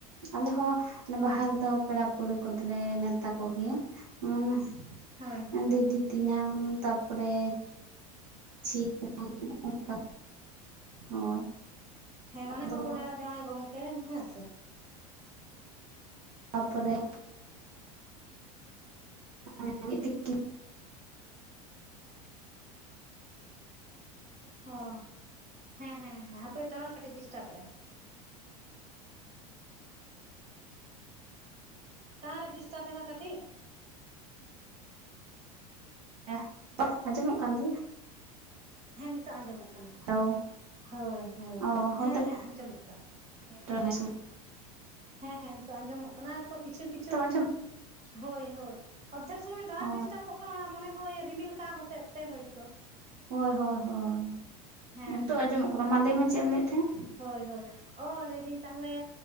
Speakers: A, on the right; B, on the right.
A: ᱟᱞᱮ ᱦᱚᱸ ᱵᱟᱦᱟ ᱨᱮᱫᱚ ᱯᱮᱲᱟ ᱯᱟᱹᱲᱦᱟᱹ ᱠᱚᱫᱚᱞᱮ ᱱᱮᱶᱛᱟ ᱠᱚᱜᱮᱭᱟ ᱚᱱᱟ
B: ᱦᱳᱭ ᱦᱳᱭ
A: ᱫᱤᱫᱤ ᱛᱮᱧᱟᱝ ᱛᱟᱯᱚᱨᱮ <unintelligible>
B: ᱦᱮᱸ ᱢᱟᱱᱮ
A: ᱟᱫᱚ
B: ᱦᱚᱯᱚᱱ ᱮᱨᱟ ᱡᱟᱶᱟᱭ ᱜᱚᱝᱠᱮ ᱦᱮᱸ ᱥᱮ
A: ᱟᱯᱚᱨᱮ <inaudible> <unintelligible>
B: ᱚ ᱦᱮᱸ ᱦᱮᱸ ᱦᱮᱸ ᱦᱟᱯᱮ ᱴᱟᱣᱟᱨ ᱠᱟᱹᱴᱤᱡ ᱰᱤᱥᱴᱟᱵᱮᱜ-ᱟ ᱴᱟᱣᱟᱨ ᱮ ᱰᱤᱥᱴᱟᱵ ᱮᱫᱟ ᱠᱟᱹᱴᱤᱡ
A: ᱦᱮᱸ ᱟᱸᱡᱚᱢᱚᱜ ᱠᱟᱱ ᱛᱤᱧᱟᱹ
B: ᱦᱮᱸ ᱱᱤᱛᱚᱜ ᱟᱸᱡᱚᱢᱚᱜ ᱠᱟᱱᱟ
A: ᱦᱮᱞᱳ
B: ᱦᱚᱭ ᱦᱚᱭ
A: ᱚ ᱦᱳᱭ
B: ᱦᱮᱸ
A: ᱛᱚ
B: ᱦᱮᱸ ᱟᱸᱡᱚᱢᱚᱜ ᱠᱟᱱᱟ
A: <unintelligible>
B: ᱦᱮᱸ ᱦᱮᱸ ᱱᱤᱛᱚᱜ ᱟᱸᱡᱚᱢᱚᱜ ᱠᱟᱱᱟ ᱛᱚ ᱠᱤᱪᱷᱩ ᱠᱤᱪᱷᱩ
A: ᱟᱸᱡᱚᱢ ᱫᱟ?
B: ᱦᱳᱭ ᱦᱳᱭ ᱚᱨᱫᱷᱮᱠ ᱥᱚᱢᱚᱭ ᱴᱟᱶᱟᱨ
A: ᱚ
B: ᱰᱤᱥᱴᱟᱵᱚᱜ ᱠᱟᱱᱟ ᱚᱱᱟ ᱢᱚᱱᱮ ᱦᱚᱭ ᱨᱤᱢᱤᱞ ᱠᱟᱜᱼᱟ ᱦᱚᱛᱮᱡ ᱛᱮ ᱦᱳᱭᱛᱚ
A: ᱦᱳᱭ ᱦᱳᱭ ᱦᱳᱭ
B: ᱦᱮᱸ
A: ᱱᱤᱛᱚᱜ
B: ᱦᱮᱸ
A: ᱟᱸᱡᱚᱢᱚᱜ ᱠᱟᱱᱟ ᱢᱟ ᱞᱟᱹᱭ ᱢᱮ ᱪᱮᱫ ᱮᱢ ᱞᱟᱹᱭᱮᱫ ᱛᱟᱦᱮᱸᱫ
B: ᱦᱳᱭ ᱦᱳᱭ ᱚ ᱞᱟᱹᱭ ᱫᱟᱹᱧ ᱛᱟᱦᱚᱞᱮ